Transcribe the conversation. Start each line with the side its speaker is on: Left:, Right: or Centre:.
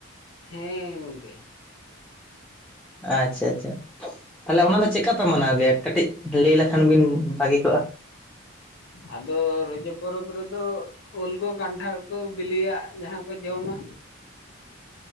Left: ᱦᱮᱸ ᱜᱚᱝᱠᱮ
Centre: ᱟᱪᱪᱷᱟ ᱟᱪᱪᱷᱟ ᱛᱟᱞᱦᱮ ᱚᱱᱟ ᱫᱚ ᱪᱮᱫᱠᱟ ᱯᱮ ᱢᱟᱱᱟᱣ ᱜᱮᱭᱟ ᱠᱟᱹᱴᱤᱡ ᱞᱟᱹᱭ ᱞᱮᱠᱷᱟᱱ ᱵᱤᱱ ᱵᱷᱟᱹᱜᱤ ᱠᱚᱜᱼᱟ
Left: ᱟᱫᱚ ᱨᱚᱡᱚ ᱯᱚᱨᱚᱵᱽ ᱨᱮ ᱫᱚ ᱩᱞ ᱠᱚ ᱠᱟᱸᱱᱴᱷᱟᱲᱼᱼ ᱠᱚ ᱵᱤᱞᱤᱭᱟᱜ ᱡᱟᱦᱟᱸ ᱠᱚ ᱡᱚᱢ ᱟ